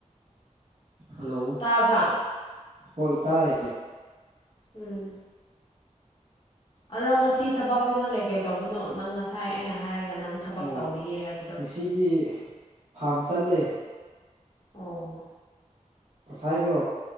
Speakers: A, on the right (about 55°); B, on the left (about 40°).
A: ꯍꯜꯂꯣ
B: ꯇꯥꯕ꯭ꯔꯥ
A: ꯍꯣꯏ ꯇꯥꯏ
B: ꯎꯝ ꯑꯗꯣ ꯉꯁꯤ ꯊꯕꯛꯁꯦ ꯅꯪ ꯀꯩ ꯀꯩ ꯇꯧꯕꯅꯣ ꯅꯪ ꯉꯁꯥꯏ ꯑꯩꯅ ꯍꯥꯏꯔꯒ ꯅꯪ ꯊꯕꯛ
A: ꯑꯣ
B: ꯇꯧꯔꯤꯌꯦ ꯍꯥꯏꯕꯗꯣ
A: ꯉꯁꯤꯗꯤ ꯐꯥꯝ ꯆꯠꯂꯦ
B: ꯑꯣ
A: ꯉꯁꯥꯏꯗꯣ